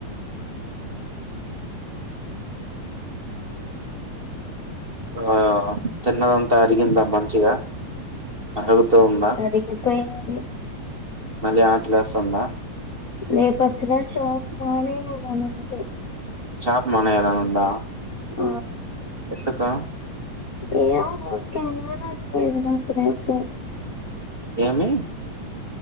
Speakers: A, on the right; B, on the left.
A: ఆ తిన్నదంతా అరిగిందా మంచిగా అరుగుతూ ఉందా
B: అరిగిపోయినది
A: మళ్ళీ ఆకలేస్తుందా
B: రేపస్సలా షాప్ మానేలనుంది
A: షాప్ మానేయలనుంద
B: ఆ
A: ఎళ్ళుకా
B: ఏమో నాకేళ్ళలని లేదు నాకు రేపు
A: ఏమి